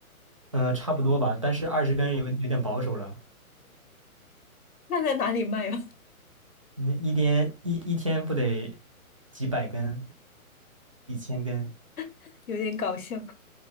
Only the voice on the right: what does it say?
呃差不多吧，但是二十根有有点保守了，
那一天一一天不得几百根，一千根。